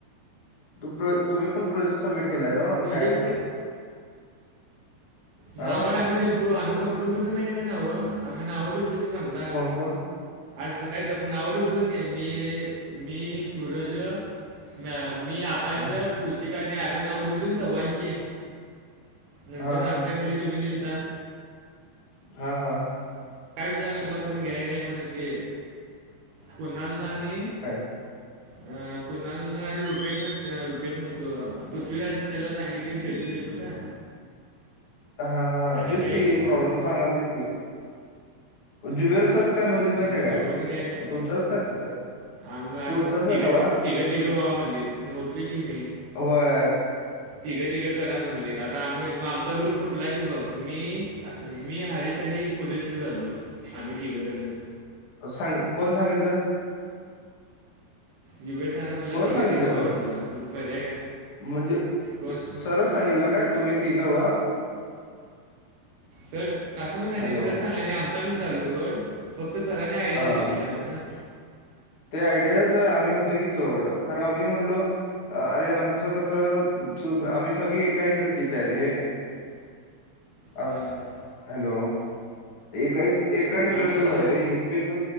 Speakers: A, on the left; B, on the right.
A: तुम्ही पण प्रोजेक्ट सबमिट केलाय ना
B: प्रोजेक्ट
A: काय
B: नावं
A: हा
B: आम्ही दिलो आम्ही कोणकण दिलतो माहिती का नावं आम्ही नावं दिलन दिल म्हन दा
A: कोण कोण
B: आज सकाळीच आपण आवडच दोन्ही मी मी सूरज म मी ताश
A: अ,
B: कृषि कन्या आधी नाव दिलते तवांची नंतर
A: हा
B: नाम त्या खाली तुम्ही लिहिलंता
A: हा हा
B: काज झाला लपवून घ्यायचे ती म्हणत ती कुणाल आणि
A: ह
B: अ कुणाल आणि रुपेश न रुपेश म्हणतो पृथ्वीराजन त्याला सांगितले घेतो घेतो तुझ्या
A: हा हा तेच
B: घ्याय
A: की
B: नाहीत
A: प्रॉब्लेम सांगालतेत की जुवेर सर काय म्हणली माहितीय
B: मग ती
A: काय
B: दोघांनी घ्याय नाही
A: तू होतस का तिथं
B: आम आम्ही
A: तू होतास का
B: तिघं
A: तवा
B: तिघं
A: जुबेर
B: तिघं वा म्हणली होतोय की मी
A: वर
B: तिघं तिघं करा म्हणलीत आता आमी मग आमचा गुरुप फुटला की मग मी मी हरीश नी मुदशीर झालो आम्ही तिघेजण
A: सांग कोण सांगितलं
B: जिबेड छान म्हणल
A: कोण
B: तिघं
A: सांगितलं
B: तिघं व्हा
A: खरं
B: म्हणला मग पर्याय काय
A: म्हणजे
B: कोण?
A: सरन सांगितलं काय तुम्ही तिघ व्हा
B: सर असं म्हणाय
A: हॅलो
B: नाही सर सांगाय नाही आमच आम्ही झालो सोड फक्त सरने आयडिया
A: हा
B: दिलीत रे आम्हाना.
A: ते आयडिया आम्ही होतो की सोड. खरं आम्ही म्हणलो अरे आमचं कसं आम्ही सगळी एकाइकडचीच आहे रे. अस.
B: हां.
A: हॅलो. एका एकाहीकडचच
B: हां बोल
A: आहे
B: ना.
A: रे युपीच